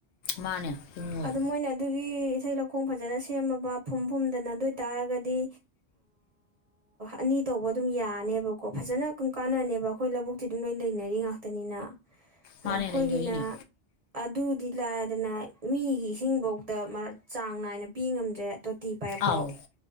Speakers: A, on the left; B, on the right.
A: ꯃꯥꯅꯦ ꯍꯤꯡꯉꯣꯏ
B: ꯑ ꯃꯣꯏꯅ ꯑꯗꯨ ꯑꯩꯒꯤ ꯏꯁꯩꯊ ꯂꯧꯈꯣꯡ ꯐꯖꯅ ꯁꯦꯝꯃꯕ ꯐꯨꯝ ꯐꯨꯝꯗꯅ ꯑꯗꯨ ꯑꯣꯏꯇꯥꯥꯔꯒꯗꯤ ꯑꯅꯤ ꯇꯧꯕ ꯑꯗꯨꯝ ꯌꯥꯅꯦꯕꯀꯣ ꯐꯖꯅ ꯑꯗꯨꯝ ꯀꯥꯟꯅꯅꯦꯕ ꯑꯩꯈꯣꯏ ꯂꯧꯕꯨꯛꯇꯤ ꯑꯗꯨꯝ ꯂꯣꯏ ꯂꯩꯅꯔꯤ ꯉꯥꯛꯇꯅꯤꯅ ꯑꯩꯈꯣꯏꯒꯤꯅ
A: ꯃꯥꯅꯦ ꯂꯩꯅꯔꯤꯅꯦ
B: ꯑꯗꯨꯗꯤ ꯂꯥꯛꯗꯅ ꯃꯤꯒꯤ ꯏꯁꯤꯡꯐꯧꯗ ꯃꯔ ꯆꯥꯡ ꯅꯥꯏꯅ ꯄꯤ ꯉꯝꯗ꯭ꯔꯦ ꯇꯤ ꯄꯥꯏ ꯄꯥꯎ
A: ꯑꯥꯎ